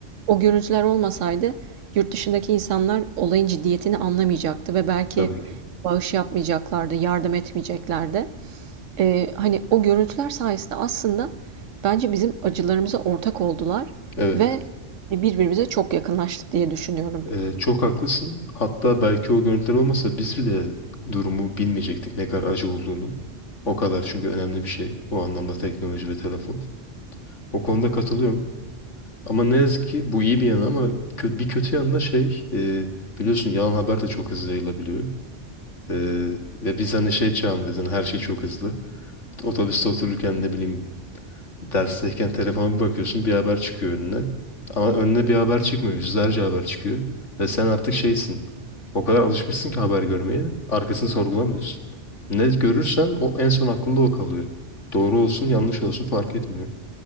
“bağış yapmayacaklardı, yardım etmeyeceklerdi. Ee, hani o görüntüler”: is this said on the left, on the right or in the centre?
Right